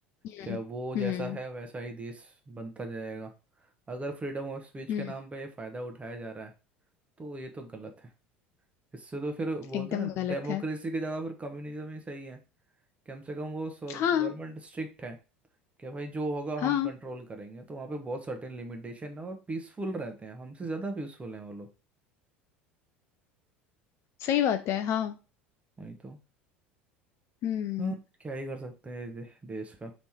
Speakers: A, on the left; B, on the right.
A: हम्म
B: क्या वो
A: हम्म
B: जैसा है वैसा ही देश बनता जाएगा अगर फ्रीडम ऑफ स्पीच
A: हम्म,
B: के नाम पे फ़ायदा उठाया जा रहा है तो ये तो गलत है इससे तो फिर बोलते
A: एकदम
B: हैं ना
A: गलत
B: डेमोक्रेसी
A: है
B: की जगह फिर कम्युनिज्म ही सही है कम से कम वो गवर्नमेंट
A: हाँ
B: स्ट्रिक्ट है कि भाई जो होगा
A: हाँ
B: हम कंट्रोल करेंगे तो वहाँ पे बहुत सर्टेन लिमिटेशन है और पीसफुल रहते हैं हमसे ज़्यादा पीसफुल हैं वो लोग
A: सही बात है हाँ
B: वही तो
A: हम्म
B: हाँ क्या ही कर सकते हैं दे, देश का